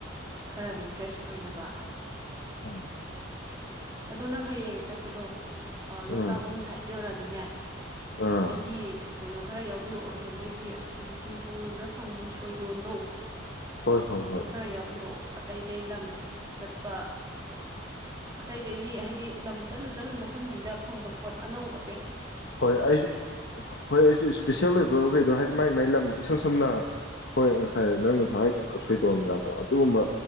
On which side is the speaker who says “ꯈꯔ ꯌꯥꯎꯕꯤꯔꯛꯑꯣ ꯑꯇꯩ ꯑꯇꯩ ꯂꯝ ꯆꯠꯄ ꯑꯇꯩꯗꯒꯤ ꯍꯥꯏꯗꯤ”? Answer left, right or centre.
Right